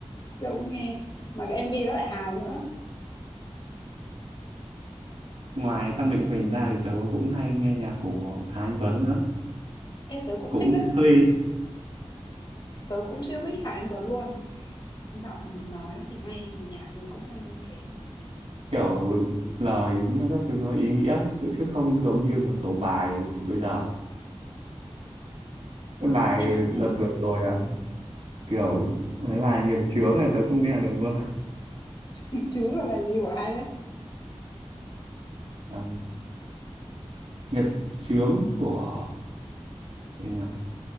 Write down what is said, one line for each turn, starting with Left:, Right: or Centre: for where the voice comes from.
Left: đâu cũng nghe. Mà cái em MV đó lại hài nữa.
Right: ngoài Phan Mạnh Quỳnh ra thì tớ cũng hay nghe nhạc của Hà Anh Tuấn nữa
Left: Ê, tớ cũng
Right: cũng
Left: thích đấy.
Right: hơi
Left: Tớ cũng siêu thích Hà Anh Tuấn luôn. Giọng nói thì hay mà nhạc thì cũng hay không kém.
Right: kiểu lời nghĩa các thứ nó ý nghĩa chứ chứ không giống như một số bài bây giờ
Left: Nó
Right: cái bài
Left: nhẹ nhàng.
Right: đợt vừa rồi à kiểu mấy bài nghiệp chướng này tớ không nghe được luôn
Left: <laughs> Nghiệp chướng là bài gì của ai đấy?
Right: à, nghiệp chướng của gì nhỉ?